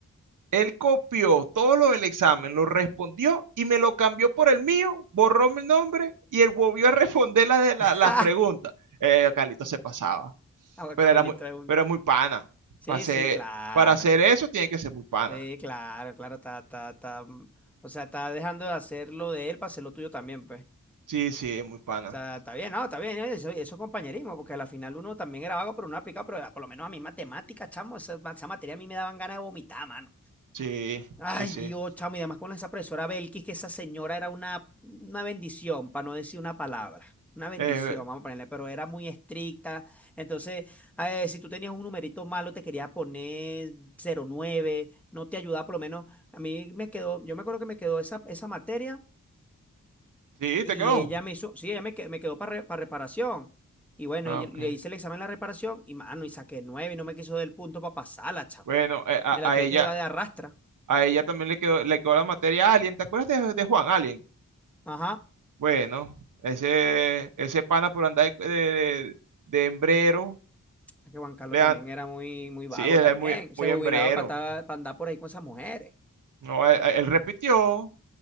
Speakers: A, on the right (about 75°); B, in the centre.
A: Él copió todo lo del examen, lo respondió y me lo cambió por el mío, borró mi nombre y él volvió a responder las, de la-
B: <laughs>
A: las preguntas. Eh, Carlito se pasaba,
B: Ah, bueno,
A: pero
B: Carlito
A: era muy,
B: es un...
A: pero era muy pana.
B: Sí,
A: Para hacer,
B: sí, claro.
A: para hacer eso tiene que ser muy pana.
B: Sí, claro, claro, está, está, está. mm, O sea, está dejando de hacer lo de él para hacer lo tuyo también, pues.
A: Sí, sí, es muy pana.
B: O sea, está bien, no, está bien, ¿no? eso, eso es compañerismo, porque al final uno también era vago, pero uno aplicaba, pero por lo menos a mí matemáticas, chamo, esa, esa materia a mí me daban ganas de vomitar, mano.
A: Sí,
B: Ay,
A: sí, sí.
B: Dios, chamo, y además con esa profesora Belkis, que esa señora era una, una bendición, para no decir una palabra, una bendición,
A: Eh,
B: vamos a ponerle, pero era muy estricta, entonces, eh, si tú tenías un numerito malo, te quería poner cero nueve, no te ayudaba, por lo menos, a mí me quedó, yo me acuerdo que me quedó esa, esa materia
A: sí,
B: y
A: te quedó.
B: ella me hizo, sí, ella me, que- me quedó para reparación. Y bueno,
A: Ah,
B: y yo
A: ok.
B: le hice el examen de la reparación y mano, y saqué nueve y no me quiso dar el punto para pasarla, chavo.
A: Bueno, eh, a,
B: Me la
A: a
B: tuve
A: ella,
B: que llevar de arrastra.
A: a ella también le quedó, le quedó la materia Alien. ¿Te acuerdas de, de Juan Alien?
B: Ajá.
A: Bueno, ese, ese pana por andar de, de, de hembrero.
B: Es que Juan Carlos
A: le
B: también
A: dan-
B: era muy, muy vago
A: sí, él
B: también.
A: es muy, muy
B: Se jubilaba
A: hembrero.
B: para andar por ahí con esas mujeres.
A: No, él, él repitió